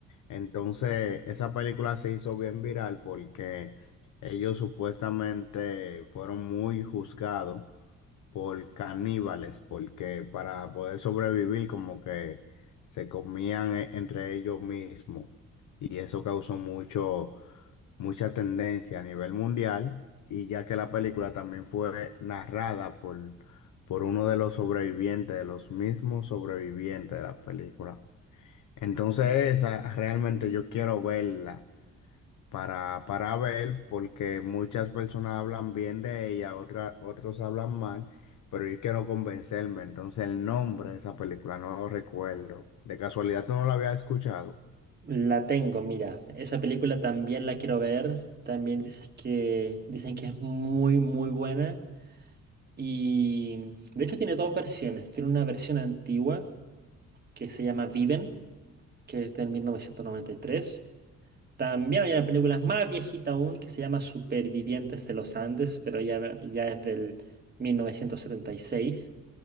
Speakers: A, on the left; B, on the right.
A: Entonces, esa película se hizo bien viral porque ellos supuestamente fueron muy juzgados por caníbales, porque para poder sobrevivir como que se comían eh, entre ellos mismos y eso causó mucho, mucha tendencia a nivel mundial y ya que la película también fue narrada por, por uno de los sobrevivientes, de los mismos sobrevivientes de la película. Entonces esa realmente yo quiero verla para, para ver, porque muchas personas hablan bien de ella, otra- otros hablan mal, pero yo quiero convencerme. Entonces, el nombre de esa película no lo recuerdo. De casualidad, ¿tú no la había escuchado?
B: La tengo, mira. Esa película también la quiero ver. También dices que dicen que es muy, muy buena. Y de hecho tiene dos versiones. Tiene una versión antigua que se llama Viven, que es de mil novecientos noventa y tres También hay una película más viejita aún que se llama Supervivientes de los Andes, pero ya, ya es del mil novecientos setenta y seis